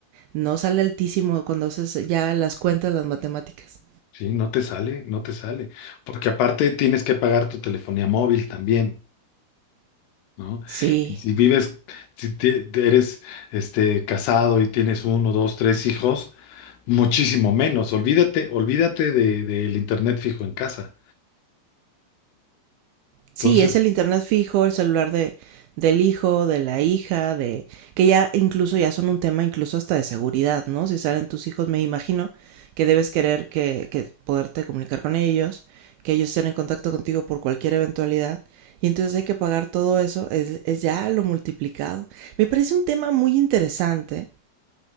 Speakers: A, on the right (about 85°); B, on the left (about 80°).
A: no sale altísimo cuando haces ya las cuentas, las matemáticas.
B: Sí, no te sale, no te sale. Porque aparte tienes que pagar tu telefonía móvil también. ¿no?
A: Sí,
B: Y si vives, si te- te eres este, casado y tienes uno, dos, tres hijos, muchísimo menos. Olvídate, olvídate de, del internet fijo en casa.
A: Sí,
B: Entonces,
A: es el internet fijo, el celular de, del hijo, de la hija, de que ya incluso ya son un tema incluso hasta de seguridad, ¿no? Si salen tus hijos, me imagino que debes querer que, que poderte comunicar con ellos, que ellos estén en contacto contigo por cualquier eventualidad, y entonces hay que pagar todo eso, es, es ya lo multiplicado. Me parece un tema muy interesante